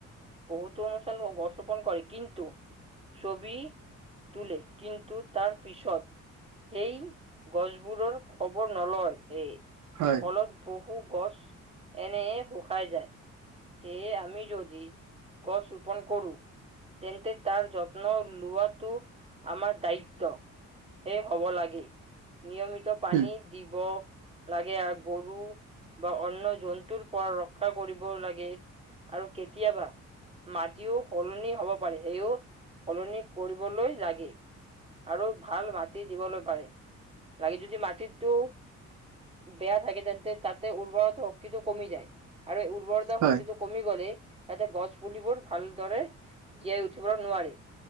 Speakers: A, on the right (about 20°); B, on the right (about 75°).
A: বহুতো অনুষ্ঠান গছ ৰোপণ কৰি কিন্তু ছবি তোলে কিন্তু তাৰ পিছত সেই গছবোৰৰ খবৰ নলয়। সেই
B: হয়,
A: ফলত বহু গছ এনে শুকাই যায়। সেয়ে আমি যদি গছ ৰোপন কৰোঁ। তেন্তে তাৰ যত্ন লোৱাটো আমাৰ দায়িত্ব। শেখ হব লাগে। নিয়মিত পানী
B: উম,
A: দিব লাগে আ গৰু বা অন্যয় জন্তুৰ পৰা ৰক্ষা কৰিব লাগে আৰু কেতিয়াবা মাটিও সলনি হব পাৰি। সেইও সলনি কৰিবলৈ লাগে। আৰু ভাল মাটি দিবলৈ পাৰে। লাগি যদি মাটিটো বেয়া থাকে তেন্তে তাতে উৰ্বৰত শক্তিটো কমি যায়, আৰু এই উৰ্বৰতা
B: হয়,
A: শক্তিটো কমি গ'লে তাতে গছ পুলিবোৰ ভালদৰে জীয়াই উঠিব নোৱাৰে।